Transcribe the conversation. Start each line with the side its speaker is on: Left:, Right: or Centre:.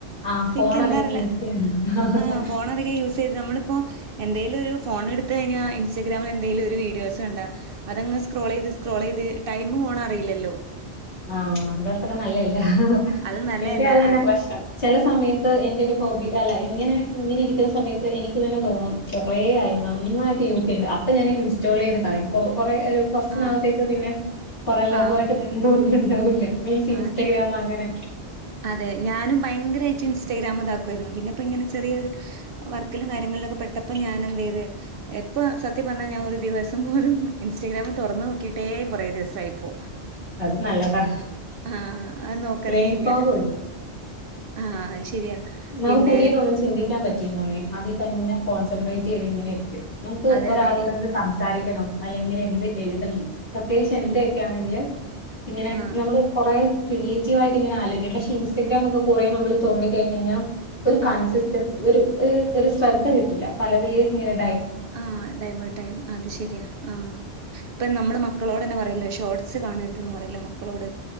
Left: ആഹ് ഫോൺ
Right: എനിക്ക് എന്താറില്ല
Left: അധികം യൂസ് ചെയ്യുന്ന
Right: ആ ഫോൺ അധികം യൂസ് ചെയ്ത് നമ്മളിപ്പോ എന്ത ഒരു ഫോണെടുത്ത് കഴിഞ്ഞ ഇൻസ്റ്റഗ്രാമിലെന്തെലും ഒരു വീഡിയോ സ് കണ്ടാ അതങ്ങ് സ്ക്രോൾ ചെയ്ത് സ്ക്രോൾ ചെയ്ത് ടൈമ് പോണ അറിയില്ലല്ലോ
Left: ആ അവിടെത്ര നല്ലലെ ല്ല
Right: അത് നല്ലതല്ല
Left: എൻ്റെ അത് തന്ന
Right: അതെ
Left: പ്രശ്നം ചെല സമയ ട്ട് ന്റൊരു ഹോബി അല്ല ഇങ്ങനെ ഇങ്ങനെയിരിക്കുന്ന സമയത്ത് എനിക്ക് തന്നെ തോന്നും കൊറേയായി നന്നായിട്ട് യൂസ് ചെയ്യണ്ട് അപ്പ ഞാന് ഇൻസ്റ്റോൾ ചെയ്ത് കളയും കൊ കൊർ കൊറേ കൊർച്ച്നാളത്തേക്ക്
Right: ആഹ്
Left: പിന്നെ പൊറം ലോ
Right: ആഹ്
Left: എന്തോന്നുണ്ടാവൂലെ മീൻസ് ഇൻസ്റ്റഗ്രാമങ്ങനെ
Right: ആഹ് ഇ അതെ ഞാനും ഭയങ്കരായിട്ട് ഇൻസ്റ്റഗ്രാംതാക്കുവായിരുന്നു പിന്നപ്പങ്ങനെ ചെറിയൊരു വർക്കിലും കാര്യങ്ങളിലൊക്കെ പെട്ടപ്പം ഞാനെന്തേയ്ത് എപ്പൊ സത്യം പറഞ്ഞാ ഞാനൊരു ദിവസം പോലും ഇൻസ്റ്റാഗ്രാം തൊറന്ന് നോക്കിട്ടേ കൊറെ ദിവസായിപ്പോ
Left: അത് നല്ലതാ
Right: ആഹ് അ നോക്കലേല്ല
Left: ബ്രെയിൻ ഫോഗ്
Right: ആ അയ് ശരിയാ
Left: നാം
Right: പിന്നെ
Left: പുതിയതൊന്നും ചിന്തിക്കാൻ പറ്റ <unintelligible> അതിതന്നെ കോൺസെൻട്രേറ്റ് ചെയ്ത് ഇങ്ങനെയിരിക്കും എനിക്ക്
Right: അതെ
Left: ഒരാളോട്
Right: അതെ
Left: സംസ സംസാരിക്കണം അല്ലെങ്കില് എന്ദ് എഴുതണം പ്രത്യേകിച്ച് എൻ്റെയേക്കെയാണെങ്കില്
Right: ഉം
Left: ഇങ്ങനെ
Right: ആഹ്
Left: നമ്മള് കൊറെ ക്രിയേറ്റീവായിട്ടിങ്ങനെ ആലോയിക്കും പക്ഷെ ഇൻസ്റ്റഗ്രാമൊക്കെ കൊറെ നമ്മള് തോണ്ടി കയ്ഞ്ഞയ്ഞ്ഞാ <unintelligible> ഒരു
Right: ഉം
Left: കൺസിസ്റ്റൻസ് ഒരു ഒരു ശ്രദ്ധ കിട്ടില്ല പലതിലേക്കിങ്ങനെ
Right: ആ ഡൈവേർട്ടാവും അത് ശെരിയാ ആ ഇപ്പം നമ്മള് മക്കളോട് തന്നെ പറയില്ലേ ഷോർട്സ് കാണരുതെന്ന് പറയല്ലോ മക്കളോട്